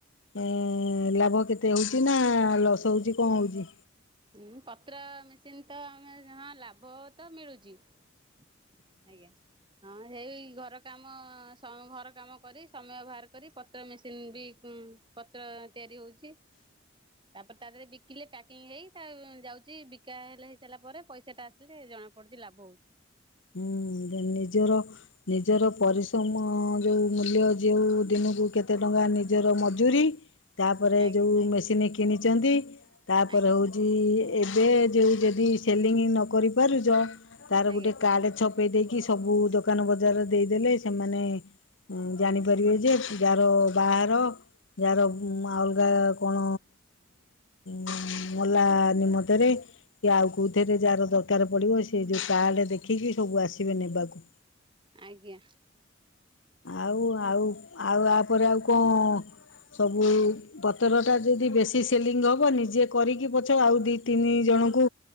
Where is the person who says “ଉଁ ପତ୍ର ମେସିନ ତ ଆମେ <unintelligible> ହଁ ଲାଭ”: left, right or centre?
Right